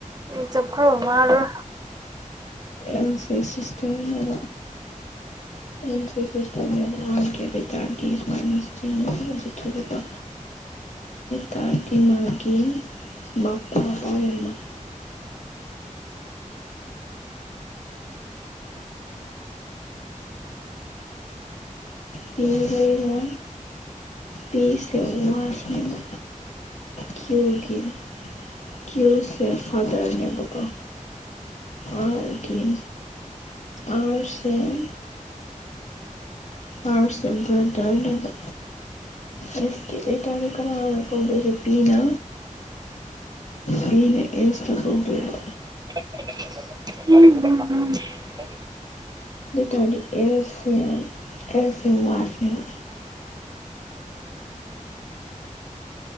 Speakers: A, on the right; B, on the left.
A: ꯑꯩ ꯆꯄ ꯃꯥꯔ
B: N C ꯁꯤꯁꯇꯦꯝꯅꯦꯕ N C ꯁꯤꯁꯇꯦꯝꯅꯦꯕ R ꯀꯦꯩ ꯆꯔꯇ ꯃ ꯇꯔꯗꯤꯃꯒꯤ ꯃꯄ ꯇꯔ ꯑꯃ ꯄꯤꯣꯏ ꯑꯃ ꯄꯤ ꯁꯦ ꯋꯥꯔꯐꯅꯦꯦꯝꯕ ꯀ꯭ꯌꯨ ꯀꯤꯟ ꯀ꯭ꯌꯨꯁ ꯐꯥꯗꯔ ꯅꯦꯝꯕꯀ ꯑ ꯀꯤꯟ ꯑ ꯍꯨꯡ ꯑꯥꯔꯠꯁ ꯑꯦꯟ ꯭ꯔꯗꯅꯦꯕ ꯑꯦꯁꯀꯤ ꯂꯩꯇꯥꯥꯔꯗꯤ ꯀꯅꯥ ꯀꯧꯗꯣꯏꯁꯦ ꯕꯤꯅ ꯕꯤꯤꯅ ꯑꯦꯁꯇ ꯀꯧꯗꯣꯏꯕ
A: ꯎꯝ ꯎꯝ ꯎꯝ
B: ꯇ ꯑꯦꯁ ꯑꯦ ꯑꯔ ꯅ꯭ꯌꯨ